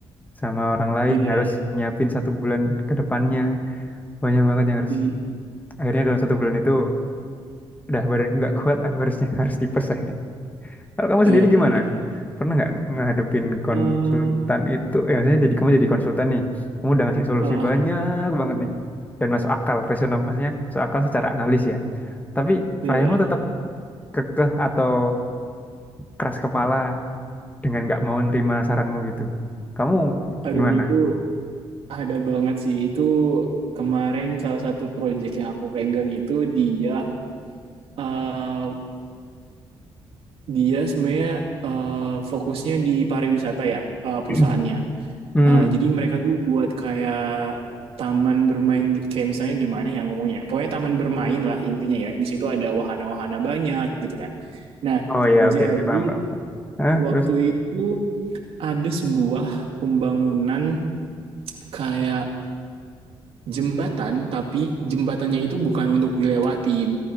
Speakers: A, on the left; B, on the right.
A: sama orang lain
B: iya,
A: harus
B: iya.
A: nyiapin satu bulan ke depannya. Banyak banget yang harus.
B: Hmm.
A: Akhirnya dalam satu bulan itu udah badanku nggak kuat aku harusnya harus tipes akhirnya. Kalau kamu
B: Iya,
A: sendiri
B: iya,
A: gimana?
B: iya.
A: Pernah nggak ngadepin konsultan
B: Em,
A: itu? Ya, maksudnya jadi kamu jadi konsultan nih. Kamu udah ngasih solusi
B: ah,
A: banyak banget nih. Dan masuk akal, rasional, maksudnya masuk akal secara analis ya. Tapi
B: Iya
A: klienmu
B: ya.
A: tetap kekeh atau keras kepala dengan nggak mau nerima saranmu gitu. Kamu
B: Aduh
A: gimana?
B: itu ada banget sih. Itu kemarin salah satu project yang aku pegang itu dia eh, dia sebenarnya eh, fokusnya di pariwisata ya eh, perusahaannya.
A: <clears throat> Hmm.
B: Eh, jadi mereka tuh buat kayak taman bermain gitu. Kayak misalnya gimana ya ngomongnya. Pokoknya taman bermain lah intinya ya. Di situ ada wahana-wahana banyak gitu kan. Nah,
A: Oh ya,
B: jadi
A: oke oke paham, paham. Hah,
B: waktu
A: terus?
B: itu ada sebuah pembangunan kayak jembatan tapi jembatannya itu bukan untuk dilewatin